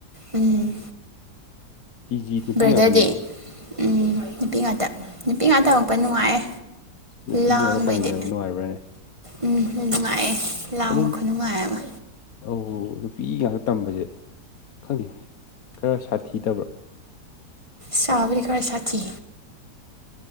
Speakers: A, on the right; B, on the left.
A: ꯎꯝ
B: ꯇꯤ ꯖꯤ ꯅꯨꯄꯤ
A: ꯕ꯭ꯔꯗꯔꯗꯤ
B: ꯉꯥꯛꯇꯅꯤꯀꯣ
A: ꯎꯝ ꯅꯨꯄꯤ ꯉꯥꯛꯇ ꯅꯨꯄꯤ ꯉꯥꯛ ꯇꯝꯃꯛꯄ ꯅꯨꯡꯉꯥꯏꯌꯦ
B: ꯅꯨꯄꯤ
A: ꯂꯥꯡꯕꯩꯗꯤ
B: ꯉꯥꯛꯇ ꯇꯝꯃꯤꯟꯅꯕ ꯅꯨꯡꯉꯥꯏꯕ꯭ꯔꯥꯅꯦ
A: ꯎꯝ ꯅꯨꯡꯉꯥꯏꯌꯦ ꯂꯥꯡꯕ
B: ꯑꯗꯨꯝ
A: ꯈꯨꯅꯨꯡꯉꯥꯏ ꯑꯃ
B: ꯑꯧ ꯅꯨꯄꯤ ꯉꯥꯛꯇ ꯇꯝꯕꯁꯦ ꯈꯪꯗꯦ ꯈꯔ ꯁꯥꯊꯤꯗꯕ꯭ꯔꯥ
A: ꯁꯥꯕꯨꯗꯤ ꯈꯔ ꯁꯥꯊꯤ